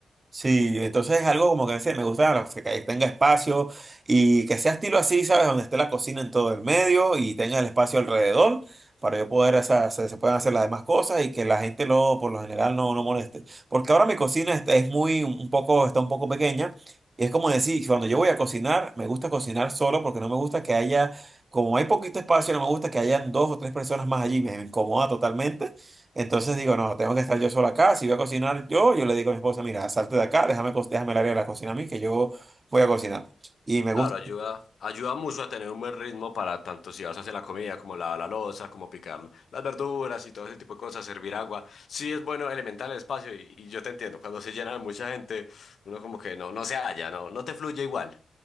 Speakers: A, on the right; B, on the left.
A: Sí, entonces es algo como que decía, me gusta la- que ahí tenga espacio y que sea estilo así, ¿sabes? Donde esté la cocina en todo el medio y tenga el espacio alrededor para yo poder, o sea, se, se puedan hacer las demás cosas y que la gente no, por lo general, no, no moleste. Porque ahora mi cocina está- es muy, un poco, está un poco pequeña y es como decir, cuando yo voy a cocinar, me gusta cocinar solo porque no me gusta que haya, como hay poquito espacio, no me gusta que hayan dos o tres personas más allí, me incomoda totalmente. Entonces digo, no, tengo que estar yo solo acá. Si voy a cocinar yo, yo le digo a mi esposa, mira, salte de acá, déjame, co- déjame el área de la cocina a mí, que yo voy a cocinar. Y me
B: Claro,
A: gusta.
B: ayuda, ayuda mucho a tener un buen ritmo para tanto si vas a hacer la comida, como lavar la loza, como picar las verduras y todo ese tipo de cosas, servir agua. Sí es bueno elementar el espacio y, y yo te entiendo, cuando se llena de mucha gente, uno como que no, no se halla, no, no te fluye igual.